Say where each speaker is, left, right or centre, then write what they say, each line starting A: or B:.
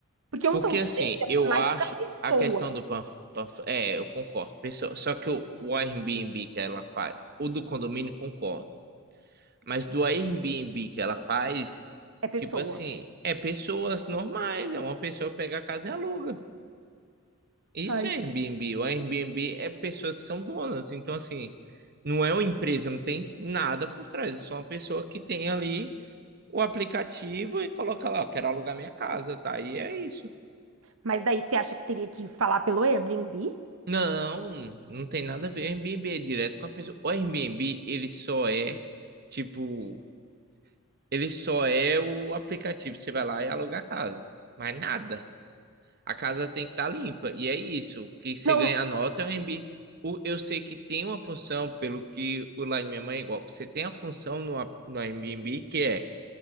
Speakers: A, on the right; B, on the right.
A: Porque um
B: Porque
A: panfleto
B: assim, eu
A: é mais
B: acho
A: pra pessoa.
B: a questão do pan, panf- é, eu concordo, pessoal. Só que o, o Airbnb que ela faz, o do condomínio, concordo. Mas do Airbnb que ela faz,
A: É pessoa.
B: tipo assim, é pessoas normais, é uma pessoa pega a casa e aluga. Isso
A: Tá aí.
B: é Airbnb. O Airbnb é pessoas que são donas. Então, assim, não é uma empresa, não tem nada por trás. É só uma pessoa que tem ali o aplicativo e coloca lá, "Ó, quero alugar minha casa, tá? E é isso.
A: Mas daí você acha que teria que falar pelo Airbnb?
B: Não, não tem nada a ver. Airbnb é direto com a pessoa. O Airbnb, ele só é, tipo, ele só é o aplicativo. Você vai lá e aluga a casa. Mas nada. A casa tem que estar limpa. E é isso. O que você
A: Não,
B: ganha a nota é o Airbnb. O- eu sei que tem uma função, pelo que o lá de minha mãe é igual. Você tem a função no, ap- no Airbnb que é